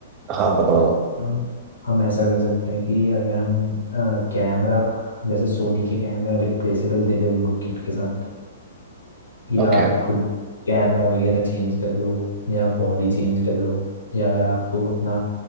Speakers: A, on the right; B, on the left.
A: हाँ बताओ
B: हम हम ऐसा कर सकते हैं कि अगर हम कैमरा जैसे सोनी के कैमरा रिप्लेसेबल दे दे उनको किट के साथ कि
A: ओके
B: आप खुद कैमरा वगैरह चेंज कर लो या बॉडी चेंज कर लो या अगर आपको अपना